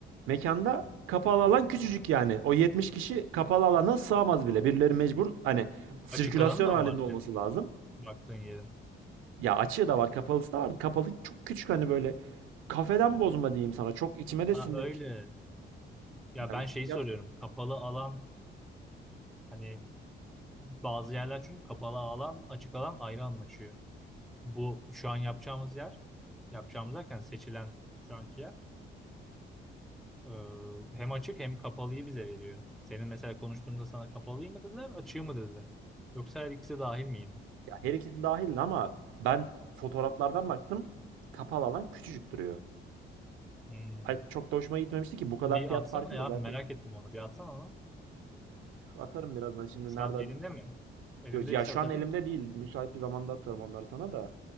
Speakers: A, on the right; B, in the centre.
A: mekanda kapalı alan küçücük yani. O 70 kişi kapalı alana sığamaz bile. Birileri mecbur hani sirkülasyon
B: Açık alanı da
A: halinde
B: mı var
A: olması
B: senin
A: lazım.
B: baktığın yerin?
A: Ya açığı da var, kapalısı da var. Kapalı çok küçük hani böyle kafeden bozma diyeyim sana. Çok içime de
B: Ha
A: sinmemiş.
B: öyle. Ya
A: Yani
B: ben
A: bu
B: şeyi
A: fiyat
B: soruyorum. Kapalı alan hani bazı yerler çünkü kapalı alan açık alan ayrı anlaşıyor. Bu şu an yapacağımız yer yapacağımız derken seçilen şu anki yer e, hem açık hem kapalıyı bize veriyor. Senin mesela konuştuğunda sana kapalıyı mı dediler açığı mı dediler? Yoksa her ikisi dahil mi yine?
A: ya her ikisi dahil ama ben fotoğraflardan baktım. Kapalı alan küçücük duruyor.
B: Hmm.
A: Ay, çok da hoşuma gitmemişti ki bu kadar
B: Bir
A: fiyat
B: atsana
A: farkını
B: ya
A: zaten
B: merak ettim onu bir atsana ama.
A: atarım birazdan şimdi
B: Şu
A: nerede
B: an elinde mi? Elindeyse
A: Yo, Ya şu
B: atabilir
A: an elimde
B: misin?
A: değil. Müsait bir zamanda atarım onları sana da.